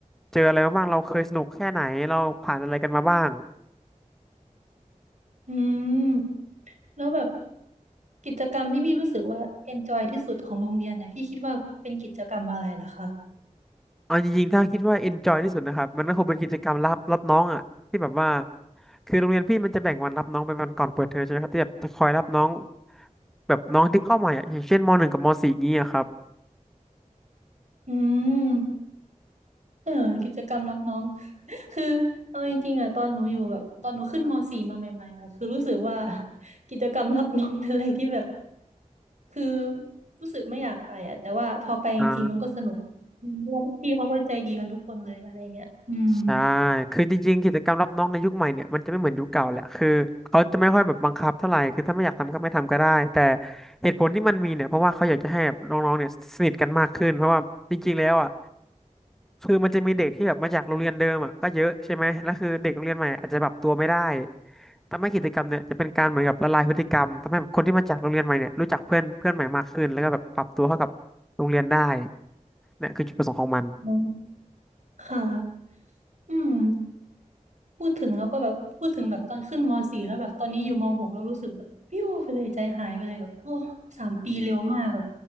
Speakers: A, in the centre; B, on the right.
A: เจออะไรมาบ้างเราเคยสนุกแค่ไหนเราผ่านอะไรกันมาบ้าง
B: อืม แล้วแบบกิจกรรมที่พี่รู้สึกว่า enjoy ที่สุดของโรงเรียนเนี่ยพี่คิดว่าเป็นกิจกรรมอะไรเหรอคะ
A: เอาจริงๆถ้าคิดว่า enjoy ที่สุดนะครับมันก็คงเป็นกิจกรรมรับรับน้องอ่ะที่แบบว่าคือโรงเรียนพี่มันจะแบ่งวันรับน้องเป็นวันก่อนเปิดเทอมใช่ไหมครับที่แบบจะคอยรับน้องแบบน้องที่เข้าใหม่อ่ะอย่างเช่นมหนึ่งกับมสี่อย่างนี้อะครับ
B: อืม เออกิจกรรมรับน้อง <laughs> คือเอาจริงๆอะตอนหนูอยู่แบบตอนหนูขึ้นมสี่มาใหม่ๆอะคือรู้สึกว่า <laughs> กิจกรรมรับน้องเป็นอะไรที่แบบคือรู้สึกไม่อยากไปอะแต่ว่าพอไปจริงๆมันก็สนุกอืมเพราะว่าพี่เขาก็ใจดีกันทุกคนเลยอะไรเงี้ยอืม
A: อ่า ใช่คือจริงๆกิจกรรมรับน้องในยุคใหม่เนี่ยมันจะไม่เหมือนยุคเก่าแหละคือเขาจะไม่ค่อยแบบบังคับเท่าไหร่คือถ้าไม่อยากทำก็ไม่ทำก็ได้แต่เหตุผลที่มันมีเนี่ยเพราะว่าเขาอยากจะให้แบบน้องๆเนี่ยสนิทกันมากขึ้นเพราะว่าจริงๆแล้วอ่ะคือมันจะมีเด็กที่แบบมาจากโรงเรียนเดิมอ่ะก็เยอะใช่ไหมแล้วคือเด็กโรงเรียนใหม่อาจจะปรับตัวไม่ได้ทำให้กิจกรรมเนี่ยจะเป็นการเหมือนกับละลายพฤติกรรมทำให้คนที่มาจากโรงเรียนใหม่เนี่ยรู้จักเพื่อนเพื่อนใหม่มากขึ้นแล้วก็แบบปรับตัวเข้ากับโรงเรียนได้เนี่ยคือจุดประสงค์ของมัน
B: อืมค่ะอืมพูดถึงแล้วก็แบบพูดถึงแบบตอนขึ้นมสี่แล้วแบบตอนนี้อยู่ม .6 แล้วรู้สึกแบบปิ้วไปเลยใจหายไปเลยแบบโอ้สามปีเร็วมากแบบ